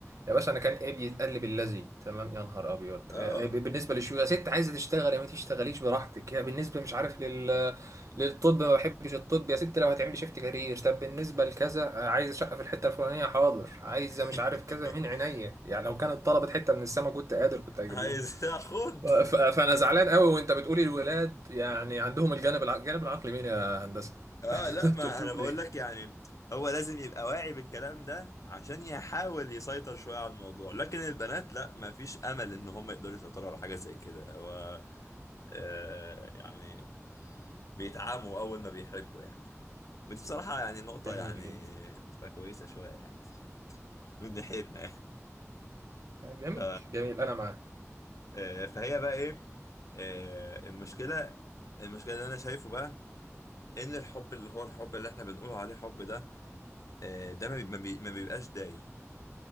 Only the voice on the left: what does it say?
اه
<laughs>
عايز
اخد
اه
لا
ما
انا بقول
لك يعني هو لازم يبقى واعي بالكلام ده عشان يحاول يسيطر شوية على الموضوع لكن البنات لا ما فيش امل ان هم يقدروا يسيطروا على حاجة زي كده هو آه يعني بيتعاموا اول ما بيحبوا يعني ودي بصراحة يعني نقطة
يعني
بتبقى كويسة شوية يعني من ناحيتنا يعني
ف...
آه فهي بقى ايه آه المشكلة المشكلة اللي انا شايفه بقى ان الحب اللي هو الحب اللي احنا بنقول عليه حب ده آه، ده ما بي- ما بي- ما بيبقاش دايم